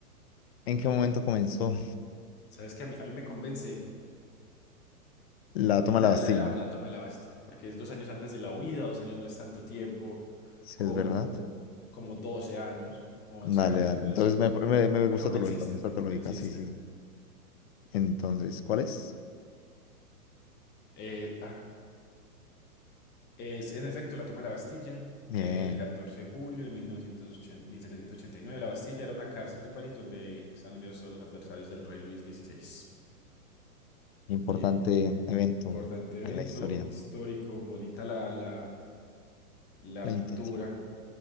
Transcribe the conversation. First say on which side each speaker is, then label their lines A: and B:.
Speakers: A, on the left; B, on the left.
A: ¿en qué momento comenzó
B: sabes que a mí, a mí me convence
A: la toma
B: La,
A: de la
B: la,
A: Bastilla?
B: de la, la toma de la Bastilla, porque es dos años antes de la huida, dos años no es tanto tiempo
A: Si
B: como,
A: es verdad.
B: como 12 años o 11
A: Dale,
B: años.
A: dale.
B: Entonces,
A: Entonces me, me- me
B: me
A: gusta
B: convenciste,
A: tu lógica, me gusta
B: me convenciste.
A: tu lógica, sí, sí. Entonces, ¿cuál es?
B: Eh, ah, es en efecto la toma de la Bastilla,
A: Bien,
B: el 14 de julio de mil mil novecientos ochenta ochenta setecientos ochenta y nueve La Bastilla era una cárcel de París donde estaban enviados todos los adversarios del rey Luis dieciséis
A: importante
B: Bien, bien.
A: evento
B: Importante evento
A: en la historia,
B: histórico, bonita la, la, la
A: la
B: pintura
A: intención.